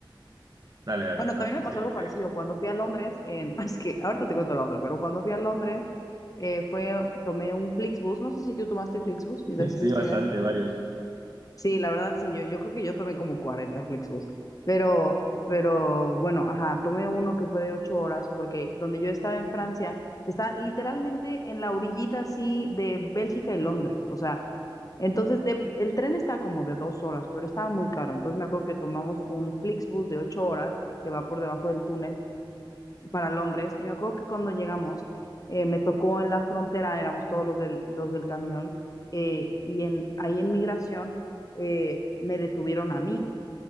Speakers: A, on the right; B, on the left.
A: Dale, dale.
B: Bueno,
A: así,
B: también me pasó
A: Sí,
B: algo
A: sí,
B: parecido. Cuando fui a Londres, en... <laughs> ay, es que ahorita te cuento la otra, pero cuando fui a Londres, eh, fue, tomé un Flixbus. No sé si tú tomaste Flixbus mientras
A: <laughs>
B: estuviste
A: sí, bastante,
B: allá.
A: varios.
B: Sí, la verdad, sí, yo, yo creo que yo tomé como cuarenta Flixbus, pero, pero bueno, ajá, tomé uno que fue de 8 horas porque donde yo estaba en Francia, está literalmente en la orillita así de Bélgica y Londres, o sea, entonces de- el tren está como de 2 horas, pero estaba muy caro, entonces me acuerdo que tomamos un Flixbus de 8 horas que va por debajo del túnel para Londres. Y me acuerdo que cuando llegamos, eh, me tocó en la frontera, éramos todos los del, los del camión, eh, y en, ahí en migración eh, me detuvieron a mí